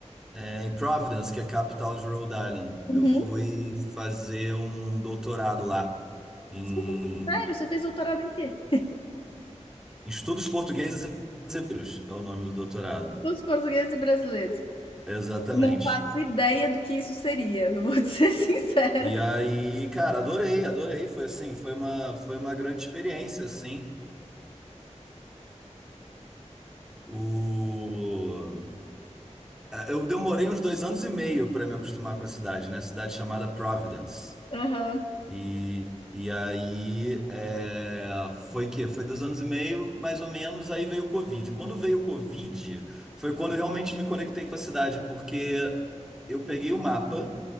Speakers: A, in the centre; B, on the left (about 45°).
A: é, em Providence, que é a capital de Rhode Island.
B: Uhum.
A: Eu fui fazer um doutorado lá em
B: Você fez- Sério, você fez doutorado em quê?
A: Estudos Portugueses e Brasileiros, é o nome do doutorado.
B: Estudos portugueses e brasileiros.
A: Exatamente.
B: Não faço ideia do que isso seria, eu vou <laughs> te ser sincera.
A: E aí, cara, adorei, adorei. Foi assim, foi uma, foi uma grande experiência, assim. O... eh, Eu demorei uns dois anos e meio para me acostumar com a cidade, né? Cidade chamada Providence.
B: Aham,
A: E, e aí é, foi que foi dois anos e meio, mais ou menos, aí veio o Covid. Quando veio o Covid, foi quando eu realmente me conectei com a cidade, porque eu peguei o mapa